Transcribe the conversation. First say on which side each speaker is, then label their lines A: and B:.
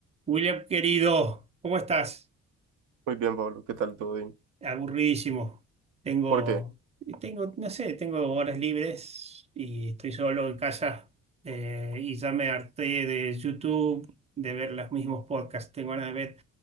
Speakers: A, on the right; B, on the right.
A: William, querido, ¿cómo estás?
B: Muy bien, Pablo, ¿qué tal todo bien?
A: Aburridísimo. Tengo,
B: ¿Por qué?
A: tengo, no sé, tengo horas libres y estoy solo en casa eh, y ya me harté de YouTube, de ver los mismos podcasts. Tengo ganas de ver.